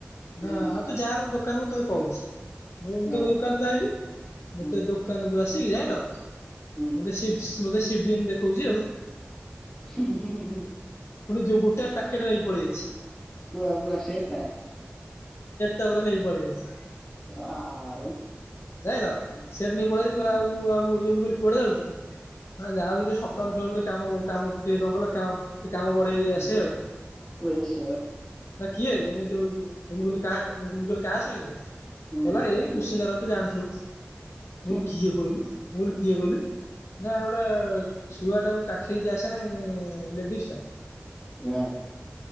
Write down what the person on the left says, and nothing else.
ନା ଆଉ ତୁ ଯା ମୁଁ ଦୋକାନକୁ ତତେ କହୁଛି ମୁଁ
ତୋ ଦୋକାନ
ମତେ ଦୋକାନକୁ ଆସିକି ଯାଇଲ
ମତେ <unintelligible> ମୋତେ ସିଡ଼ିଏମ୍ ଦେଖାଉଛି ଆଉ
ପୁଣି
ଯୋଉ ଗୋଟାଏ ପ୍ୟାକେଟ
ନେଇକି ପଳେଇ ଯାଇଛି।
ନେଇ ପଳେଇ ଆସିଛି
ଯାଇଲ ସେଠି ନେଇ ପଳେଇ ଆଇଛି ଆଉ ମୁଁ ମୁଁ କହିଲି କୁଆଡେ ଯାଉଛି ନା ଯାହା ହଉଛି ସକାଳୁ ସକାଳୁ ଟିକେ କାମ କାମ ଟିକେ କଣ କ କାମ ଟିକେ କାମ ବଢେଇ ଦେଇ ଆସେ ଆଉ
ନା କିଏ ଯୋଉଁ କା କହିଲି କାହା ସାଙ୍ଗରେ
ହେଲା ଏଇ <unintelligible> କୁିସିନ୍ଦା ତ ଜାଣିଛ। ମୁଁ କହିଲି
କିଏ କହିଲୁ ମୁଁ କହିଲି କିଏ କହିଲୁ? ନା ଗୋଟେ ଛୁଆ ଟା କାଖେଇକି ଆସେ ନାଇଁ ଲେଡିଜ